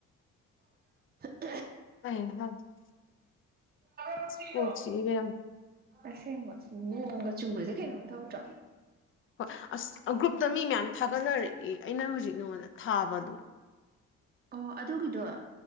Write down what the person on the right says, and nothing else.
<unintelligible>
ꯎꯝ
ꯑꯁꯦꯡꯕ ꯅꯣꯡꯒ ꯆꯨꯕꯁꯦ ꯀꯩꯅꯣꯝ ꯇꯧꯗ꯭ꯔꯣ
ꯑꯣ ꯑꯗꯨꯒꯤꯗꯣ